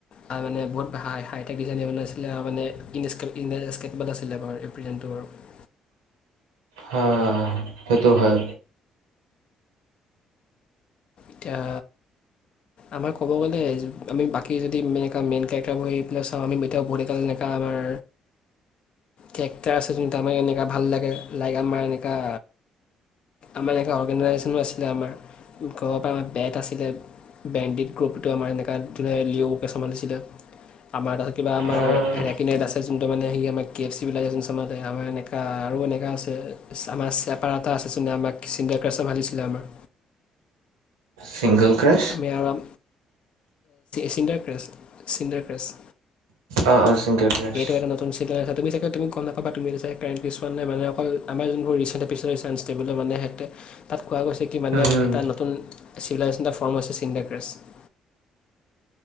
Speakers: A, on the left; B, on the right.
A: তাৰ মানে বহুত <unintelligible> আছিলে মানে আছিলে, বাৰ প্ৰেজেণ্টটো আৰু
B: অ', অ, অ, সেটো হয়।
A: এতিয়া আমাৰ ক'ব গ'লে আমি বাক যদিনে এ মেইন কেক্টাৰব পেল চাওঁ। আমি <unintelligible> আমাৰ কেৰেক্টাৰ আছে। যোনটো আমাৰ এনেকুৱা ভাল লাগে। লাইক আমাৰ এনেকুৱা আমাৰ এনেকা অৰ্গেনাইজেযনো আছিলে। আমাৰ ঘৰৰ পৰা আমাৰ বেত আছিলে। ব্ৰেণ্ডেড ক্ৰপিটো আমাৰ এনেককা ধৰে লিঅ'বকে চ্ভালিছিলে আমাৰ তত কিবা আমাৰ
B: আহ,
A: এৰেৰাককনেত আছে। যোনটো মানে সে আমাৰ কে এফ চি বিলাইোন চ আমাৰ এনেকা আৰু এনেকা আছে। আমাৰ চেপাৰ এটা আছেন আমাক <unintelligible> <unintelligible> আমাৰ
B: ছিংগল ক্ৰে
A: আমি আৰু চডাৰ ক্ৰেছ চড ক্ৰেছ
B: অঁ অঁ ছিংগল ক্ৰাছ
A: সেইটো এটা নতুন চিগ আছে। তুমি চাগে তুমি গম নাপাবা। তুমিতি কাৰেণ্ট ইোৱা নোনে অকল আমাৰোনোৰ ৰিচেণ্ এপিচ ষ্টব মানে সেহেতে মানে তাত কোৱা গৈছে। কি মানে
B: উম, হুম,
A: এটা নতুন চিভিলাইজেশন এটা ফৰ্ম আ হৈছে চিণ্ডাক্ৰেষ্ট।